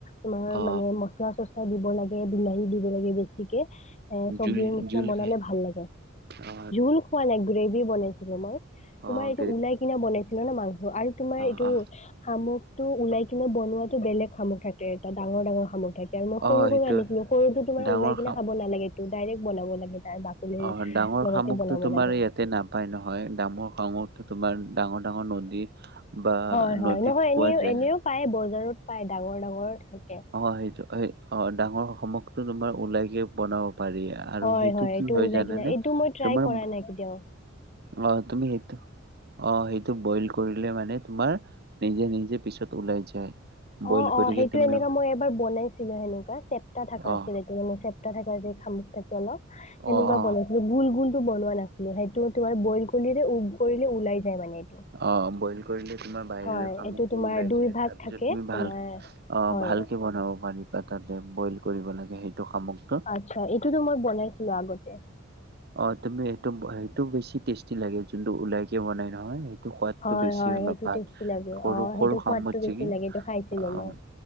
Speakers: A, on the left; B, on the right.
A: তোমাৰ
B: অ
A: মানে মচলা চচলা দিব লাগে বিলাহী দিব লাগে বেছিকে। এ চব্জিৰ
B: জোল
A: নিচিনা
B: জোল
A: বনালে
B: খাই
A: ভাল লাগে,
B: অ
A: জোল খোৱা নাই গ্ৰেভি বনাইছিলো মই।
B: অঁ'
A: তোমাৰ এইটো ওলাই কিনে বনাইছিলা ন মাংস আৰু তোমাৰ
B: অ
A: এইটো-
B: অ
A: শামুকটো ওলাই কিনে বনোৱাটো বেলেগ শামুক থাকে, এটা ডাঙৰ ডাঙৰ শামুক থাকে। আৰু মই সৰু
B: অ সেইটো
A: সৰু আনিছিলো, সৰুটো তোমাৰ
B: ডাঙৰ
A: ওলাই কিনে
B: খাম
A: খাব নালাগেটো ডাইৰেক্ট বনাব লাগে তাৰ- বাকলিৰ
B: অঁ' ডাঙৰ
A: লগতে
B: শামুকটো
A: বনাব
B: তোমাৰ
A: লাগে
B: ইয়াত- তে নাপায় নহয়, ডাঙৰ শামুকটো তোমাৰ ডাঙৰ ডাঙৰ নদী- বা
A: হয় হয়
B: নদীত
A: নহয় এনেও
B: পোৱা যায়।
A: এনেও পায় বজাৰত পায় ডাঙৰ ডাঙৰ থাক-
B: অঁ সেইটো এই অ‍ঁ ডাঙৰ শামুকটো তোমাৰ ওলাইকে বনাব পাৰি আ- আৰু
A: হয়
B: সেইটো
A: এইটো
B: কি হয়
A: ওলাই
B: জানে
A: কিনা
B: নে?
A: এইটো মই ট্ৰাই
B: তোমাৰ
A: কৰা
B: ভো-
A: নাই কেতিয়াও-
B: অঁ তুমি সেইটো অঁ সেইটো বইল কৰিলে মানে তোমাৰ নিজে নিজে পিছত- ওলাই যায়। বইল
A: অঁ অঁ
B: কৰিকে
A: সেইটো
B: তুমি
A: এনেকা মই এবাৰ বনাইছিলো সেনেকুৱা চেপ্তা থাকা
B: অ
A: আছিলে। টো মানে, চেপ্টা থাকা যে শামুক থাকে অলপ সেনেকুৱা
B: অ অ
A: বনাইছিলো, গোল গোল টো বনোৱা নাই। লো, সেইটো তোমাৰ বইল কলিৰে উব কৰিলে ওলাই যায় মানে। এইটো।
B: অ' বইল কৰিলে তোমাৰ বাহিৰৰে
A: হয়
B: শামুকটো
A: এইটো তোমাৰ
B: ওলাই
A: দুই
B: যায়,
A: ভাগ
B: তাৰপিছত
A: থাকে
B: তুমি-
A: তোমাৰ
B: ভাল অঁ'
A: হয়।
B: ভালকে বনাব পাৰিবা, তাতে বইল কৰিব লাগে সেইটো শামুক।
A: আৎচ্ছা, এইটোতো মই বনাইছিলো আগতে।
B: অ' তুমি এইটো হেৰিটো বেছি টেষ্টি লাগে যোনটো ওলাইকে বনাই নহয়। সেই- টো সোৱাদটো
A: হয়
B: বেছি
A: হয়
B: অলপ
A: সেইটো
B: ভাল,
A: টেষ্টি লাগে
B: সৰু
A: অ' সেইটো
B: সৰু শামুকছে
A: সোৱাদটো বেছি
B: কি
A: লাগে এইটো খাইছিলো
B: অঁ'‌
A: মই।
B: তো-